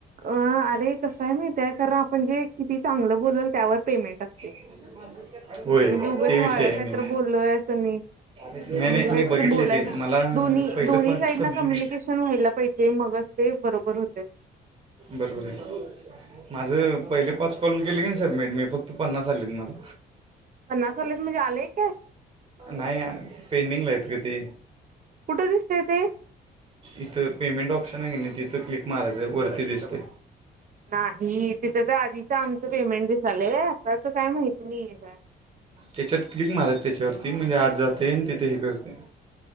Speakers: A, on the right (about 45°); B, on the right (about 30°).
A: अ अरे कसय माहित आहे. काय कारण आपण जे किती चांगलं बोलल त्यावर पेमेंट असते
B: <inaudible> होय
A: म्हणजे उगच
B: ते
A: वाढ.
B: विषय आहे
A: काहीत
B: मेन
A: बोललय अस नाय
B: नाही
A: हणजे
B: नाही
A: काहीतरी
B: मी बघितले
A: बोलायला.
B: ते मला
A: दोन्ही
B: पहिलं पाच
A: साईड
B: सबमिट
A: ना कम्युनिकेशन व्हायला पाहिजे, मगच ते बरोबर होते.
B: बरोबर आहे माझं पहिले पाच कॉल केले की सबमिट मी फक्त पन्नास आलेत मला.
A: पन्नास आलेत म्हणजे आलेय कॅश
B: नाही पेंडिंग लायत ग ते
A: कुठे दिसते ते.
B: इथं पेमेंट ऑप्शन आहे की नाही तिथं क्लिक मारायचं वरती दिसते.
A: नाही तिथं तर आधीच आमचं पेमेंट दि झालंय आताच काय माहती नाहीय का.
B: त्याच्यात क्लिक मारायच त्याच्यावरती म्हणजे आज जाते आणि तिथे हे करते.